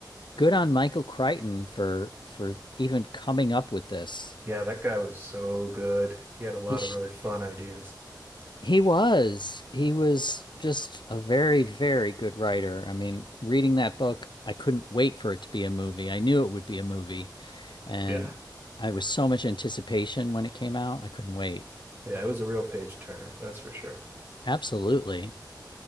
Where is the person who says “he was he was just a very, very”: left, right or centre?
Left